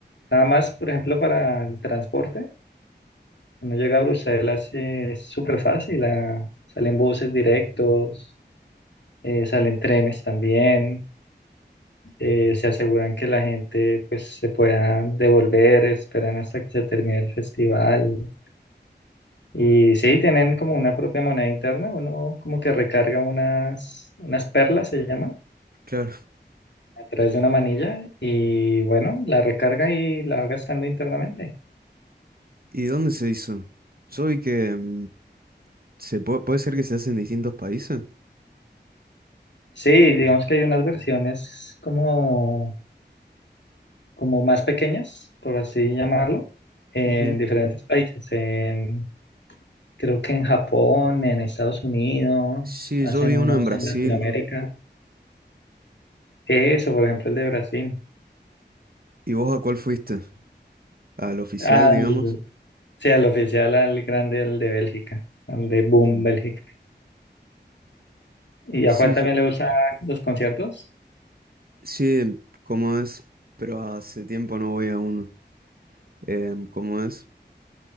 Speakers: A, on the left; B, on the right.
A: nada más, por ejemplo, para el transporte, uno llega a Bruselas eh, es súper fácil, ah, salen buses directos, eh, salen trenes también. eh, se aseguran que la gente pues se pueda devolver, esperan hasta que se termine el festival. Y sí, tienen como una propia moneda interna, uno como que recarga unas, unas perlas, se llama,
B: Claro.
A: a través de una manilla y bueno, la recarga y la va gastando internamente.
B: ¿Y dónde se hizo? Yo vi que mm, se puede, puede ser que se hace en distintos países.
A: Sí, digamos que hay unas versiones como, como más pequeñas, por así llamarlo, en
B: Ujú.
A: diferentes países. En, creo que en Japón, en Estados Unidos,
B: Sí,
A: hacen
B: yo vi
A: unos
B: uno en Brasil.
A: en Latinoamérica. Eso, por ejemplo, el de Brasil.
B: ¿Y vos a cuál fuiste? Al oficial,
A: Al-
B: digamos.
A: Sí, al oficial, al grande, al de Bélgica, al de Boom
B: Mm.
A: Bélgica. ¿Y
B: Sí,
A: a Juan también
B: yo-
A: le gustan los conciertos?
B: sí, ¿cómo es? Pero hace tiempo no voy a uno. Em, ¿cómo es?